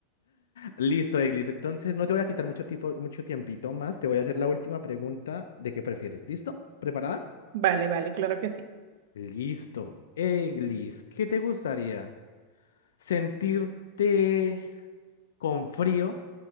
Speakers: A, on the left; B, on the right.
A: Listo, Eglis. Entonces no te voy a quitar mucho tiempo, mucho tiempito más. Te voy a hacer la última pregunta de qué prefieres. ¿Listo? ¿Preparada?
B: Vale, vale, claro que sí.
A: Listo. Eglis, ¿qué te gustaría? ¿Sentirte con frío